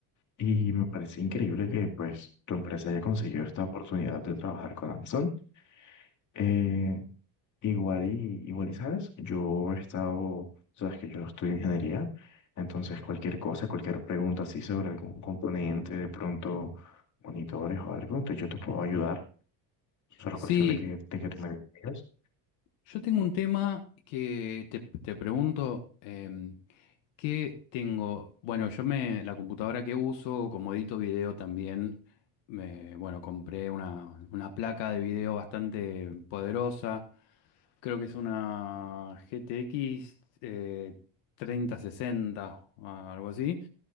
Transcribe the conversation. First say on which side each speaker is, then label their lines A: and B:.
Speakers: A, on the left (about 40°); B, on the left (about 80°).
A: Y me parece increíble que pues tu empresa haya conseguido esta oportunidad de trabajar con Amazon. Eh, igual y, igual y sabes, yo he estado, sabes que yo estudio ingeniería, entonces cualquier cosa, cualquier pregunta así sobre algún componente, de pronto monitores o algo, entonces yo te puedo ayudar. Solo
B: Sí,
A: es cuestión de que, de que tú me digas.
B: yo tengo un tema que te, te pregunto, em, ¿qué tengo? Bueno, yo me, la computadora que uso, como edito video también, me, bueno, compré una, una placa de video bastante poderosa, creo que es una GTX eh, treinta sesenta o algo así.